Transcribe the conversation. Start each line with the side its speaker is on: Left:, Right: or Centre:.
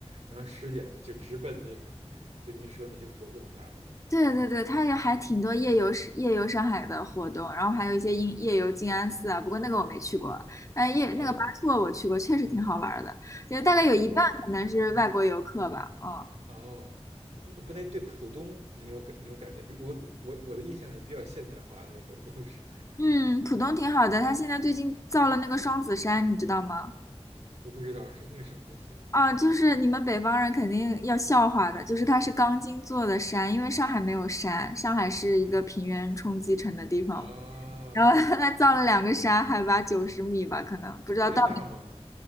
Right: 然后十点就直奔那个就您说那些活动啥的。
Left: 对对对，它也还挺多夜游是夜游上海的活动，然后还有一些夜夜游静安寺啊，不过那个我没去过。但夜那个巴措我去过，
Right: 哦，
Left: 确实挺好玩儿的，就大概有一半可能是外国游客吧。
Right: 那那嗯。
Left: 嗯
Right: 哦，那不但对浦东你有感，你有感觉，比我我我的印象里比较现代化的那个楼都是，
Left: 嗯，浦东挺好的，它现在最近造了那个双子山，你知道吗？
Right: 我不知道是那个什么东西
Left: 啊，就是你们北方人肯定要笑话的，就是它是钢筋做的山，因为上海没有山，上海是一个平原冲积成的地方嘛。
Right: 啊，
Left: 然后 <laughs> 它造了两个山，海拔九十米吧，可能不知道到
Right: 那个大吗？